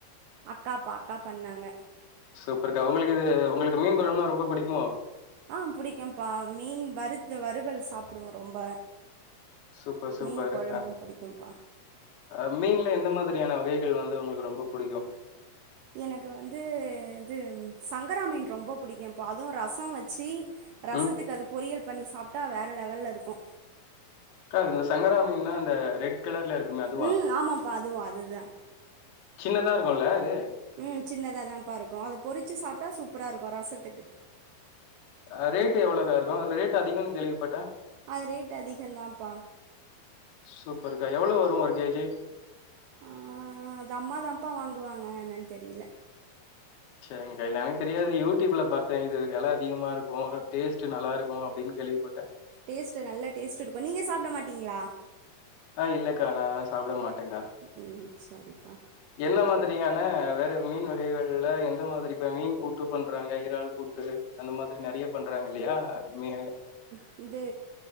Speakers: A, on the right; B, on the left.
A: அக்காப்பா அக்கா பண்ணாங்க
B: சூப்பருக்கா உங்களுக்கு இது உங்களுக்கு மீன் கொழம்னா ரொம்ப புடிக்குமோ
A: ஆ புடிக்கும்ப்பா மீன் வறுத்து வறுவல் சாப்டுவோ ரொம்ப
B: சூப்பர் சூப்பர்
A: மீன் கொழம்பு
B: அ
A: புடிக்கும்ப்பா
B: அ மீன்ல எந்த மாதிரியான வகைகள் வந்து உங்களுக்கு ரொம்ப புடிக்கு
A: எனக்கு வந்து இது சங்கரா மீன் ரொம்ப புடிக்கு பா அது ரச வச்சி ரசத்துக்கு
B: ம்
A: அத பொறியல் பண்ணி சாப்ட்டா வேற லெவல்ல இருக்கு
B: க்கா இந்த சங்கரா மீன்னா இந்த ரெட் கலர்ல இருக்குமே அதுவா
A: ம் ஆமாப்பா அதுவு அதுதா
B: சின்னதா இருக்குல்ல அது
A: ம் சின்னதா தா ப்பா இருக்கு அத பொறிச்சி சாப்ட்டா சூப்பரா இருக்கு ரசத்துக்கு
B: அ ரேட் எவ்ளோகா இருக்கு அதுல ரேட் அதிகம்னு கேள்விப்பட்ட
A: அது ரேட் அதிகம் தாம்ப்பா
B: சூப்பருக்கா எவ்ளோ வரு ஒரு கே ஜி
A: அ அது அம்மா தா பா வாங்குவாங்க என்னன் தெரியில
B: செரிங்க எனக்கு தெரியாது யூடூப்ல பாத்தே இது வெல அதிகமா இருக்கு டேஸ்ட் நல்லா இருக்கு அப்டின் கேள்விப்பட்டே
A: டேஸ்ட் நல்ல டேஸ்ட் இருக்கு நீங்க சாப்ட மாட்டீங்ளா
B: ஆ இல்லக்கா நா சாப்ட மாட்டங்கா
A: ம் சரிப்பா
B: என்ன மாதிரியான வேற மீன் வகைகள்ல எ ந்த மாதிரி இப்ப மீன் பூட்டு பண்றாங்க எறால் பூட்டு அந்த மாரி நெறைய பண்றாங்க இல்லையா மீ
A: வந்து